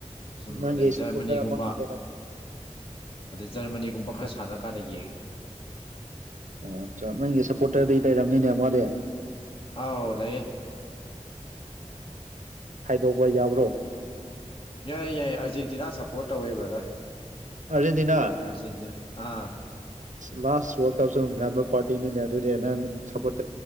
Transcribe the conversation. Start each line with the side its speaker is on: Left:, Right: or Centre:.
Left: ꯑꯁꯨꯝ
Right: ꯅꯪꯒꯤ
Left: ꯑꯗꯩ ꯖꯔꯃꯅꯤꯒꯨꯝꯕ
Right: ꯁꯞꯄꯣꯔꯇꯔ ꯑꯃꯗꯤ ꯂꯩꯔꯝ
Left: ꯑꯗꯩ ꯖꯔꯃꯅꯤꯒꯨꯝꯕ ꯈꯔ ꯁꯥꯟꯅꯔ ꯀꯥꯟꯗ ꯌꯦꯡꯉꯦ
Right: ꯑꯣ ꯑꯆꯥ ꯅꯪꯒꯤ ꯁꯞꯄꯣꯔꯇꯔꯗꯤ ꯂꯩꯔꯝꯅꯤꯅꯦ ꯑꯃꯗꯤ
Left: ꯑꯥꯎ ꯂꯩꯌꯦ
Right: ꯍꯥꯢꯗꯣꯛꯄ ꯌꯥꯕ꯭ꯔꯣ
Left: ꯌꯥꯏꯌꯦ ꯌꯥꯏꯌꯦ ꯑꯥꯔꯖꯦꯟꯇꯤꯅꯥ ꯁꯞꯄꯣꯔꯠ ꯇꯧꯋꯦ ꯕ꯭ꯔꯗꯔ
Right: ꯑꯔꯖꯦꯟꯇꯤꯅꯥ
Left: ꯑꯥꯔꯖꯦꯟꯇꯤꯅꯥ ꯑꯥ
Right: ꯂꯥꯁ ꯋꯥ꯭ꯔꯜꯗ ꯀꯞꯁꯨ ꯉꯝꯕ ꯄꯥꯔꯇꯤꯅꯤꯅꯦ ꯑꯗꯨꯗꯤ ꯅꯪ ꯁꯞꯄꯣ꯭ꯔꯠ